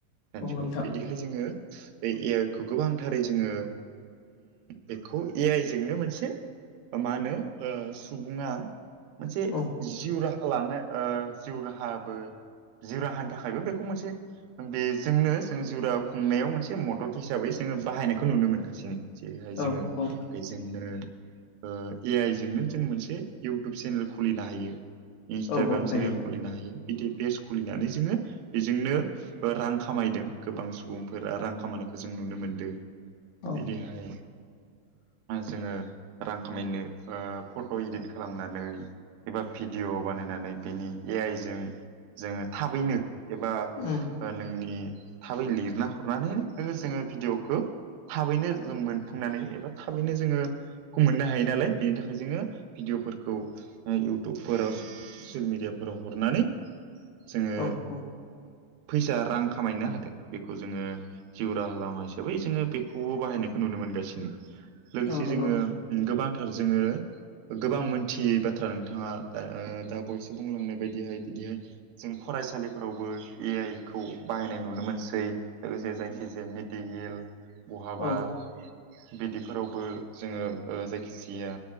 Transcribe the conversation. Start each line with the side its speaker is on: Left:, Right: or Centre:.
Right: दानि
Left: औ
Right: जुगाव
Left: नोंथां
Right: बिदिहाय जोङो बे ए आइ खौ गोबांथारै जोङो बेखौ ए आइ जोंनो मोनसे मा होनो सुबुङा मोनसे
Left: औ
Right: जिउ राहा लानाय जिउ राहाबो जिउ राहानि थाखायबो बेखौ मोनसे बेजोंनो जों जरा खुंनायाव मोनसे मदद हिसाबै जोङो बाहायनायखौ नुनो मोनगासिनो जेरैहाय
Left: औ
Right: जोङो
Left: औ
Right: बेजोंनो ए आइजोंनो जों मोनसे इउटुब चेनेल खुलिनो हायो इन्सटाग्राम
Left: औ औ हायो
Right: सेनेल खुलिनो हायो बिदि पेज खुलिनानै जोङो बेजोंनो रां खामायदों गोबां सुबुंफोरा रां खामानायखौ जों नुनो मोनदों
Left: औ
Right: बिदिहाय
Left: <inaudible>
Right: जोङो रां खामायनो ओ फट' इदिट खालामनानै एबा भिडिय' बानायनानै बिनि ए आइजों जोङो थाबैनो एबा
Left: उम
Right: नोंनि थाबै लिरना हरनानै नोङो जोङो भिडिअ'खौ थाबैनो जों मोनफुंनानै एबा थाबैनो जोङो खौ मोननो हायो नालाय बेनि थाखाय जोङो भिडिअ'फोरखौ इउटुबफोराव ससियेल मिडियाफोराव हरनानै जोङो
Left: औ औ
Right: फैसा रां खामायनो हादों बेखौ जोङो जिउ राहा लामा हिसाबै जोङो बेखौबो बाहायनायखौ नुनो मोनगासिनो लोगोसे
Left: औ नंगौ
Right: जोङो गोबांथार जोङो गोबां मोनथियै बाथ्रा नोंथाङा दा ओ दा बयसो बुंलांनाय बायदिहाय बिदिहाय जों फरायसालिफोरावबो ए आइ खौ बाहायनाय नुनो मोनसै लोगोसे जायखिजाया मेदिगेल बहाबा
Left: औ
Right: बिदिफोरावबो जोङो ओ जायखिजाया